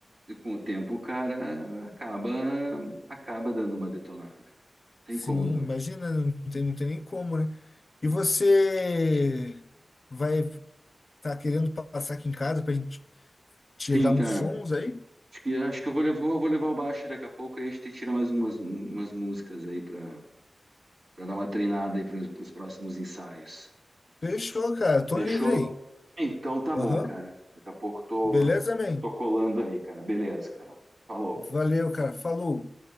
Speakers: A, on the right; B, on the left.
A: o- com o tempo, o cara acaba, acaba dando uma detonada, cara. Tem
B: Sim,
A: como não.
B: imagina, não tem, não tem nem como, né? E você vai tá querendo passar aqui em casa pra gente tirar
A: Sim, cara.
B: uns sons aí?
A: Acho que, acho que eu vou levar, vou levar o baixo daqui a pouco, aí a gente tira mais umas, umas músicas aí pra, pra dar uma treinada aí pros, pros próximos ensaios.
B: Fechou, cara. Tô
A: Fechou?
B: livre aí.
A: Então tá bom,
B: Aham.
A: cara. Daqui a pouco tô,
B: Beleza, man?
A: tô colando aí, cara. Beleza, cara. Falou.
B: Valeu, cara. Falou.